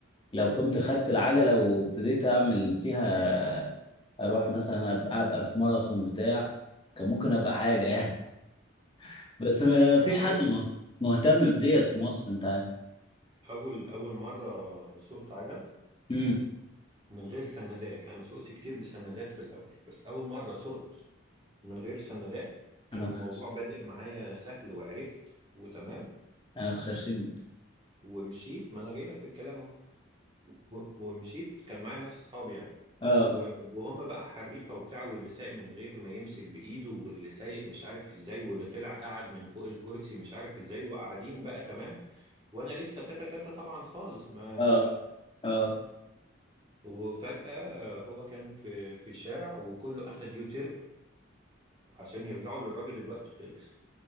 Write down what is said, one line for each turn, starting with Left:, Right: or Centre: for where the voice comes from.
Left: لو كنت خدت العجلة وابتديت اعمل فيها اروح مثلا ابقى, أبقى في ماراثون بتاع كان ممكن
Right: مم.
Left: ابقى حاجة يعني <laughs> بس ما
Right: انت
Left: فيش
Right: عارف
Left: حد مه- مهتم بديت في مصر انت عارف
Right: اول اول مره سوقت عجل
Left: امم
Right: من غير سندات لان سوقت كتير بسندات في الاول بس اول مره سوقت من غير سندات كان
Left: انا اتخ-
Right: الموضوع بادئ معايا سهل وعرفت وتمام
Left: انا اتخرشمت
Right: ومشيت ما انا جاي لك في الكلام اهو و- ومشيت كان معايا ناس اصحابي يعني
Left: اه
Right: و- وهم بقى حريفه وبتاع واللي سايق من غير ما يمسك بايده واللي سايق مش عارف ازاي واللي طلع قعد من فوق الكرسي مش عارف ازاي وقاعدين بقى تمام وانا لسه تاتا تاتا طبعا خالص ما
Left: اه اه
Right: وفجأة هو كان في في شارع وكله اخد يو تيرن عشان يرجعوا للراجل الوقت خلص